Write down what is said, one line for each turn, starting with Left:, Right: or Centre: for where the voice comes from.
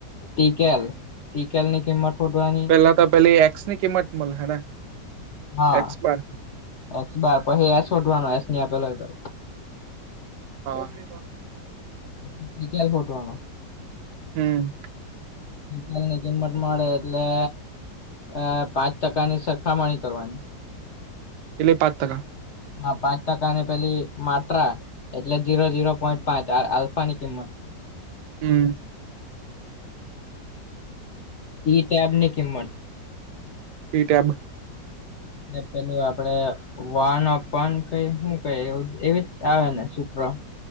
Left: ટીકેલ ટિકેલ ની કિંમત શોધવાની.
Right: પેલા તો પેલી એક્સ ની કિંમત મળ હેને
Left: હા
Right: એક્સ બાર.
Left: એક્સ બાર પછી આ શોધવાનું એક્સ નિ આપે લ હોય તો.
Right: ઓકે.
Left: ટીકેલ શોધવાનો.
Right: હમ્મ.
Left: ટીકેલની કિંમત મળે એટલે.... અ પાંચ ટકાની સરખામણી કરવાની.
Right: એટલે પાંચ ટકા.
Left: હા પાંચ ટકાની પેલી માત્રા એટલે જીરો જીરો પોઈન્ટ પાંચ આલ્ફા ની કિંમત.
Right: હમ્મ.
Left: ઈ-ટેબ ની કિંમત.
Right: ઈ-ટેબ.
Left: એ પેલું આપડે. વાન અપન કઈ શું કઈ? એવી જ આવે ને સુપરા.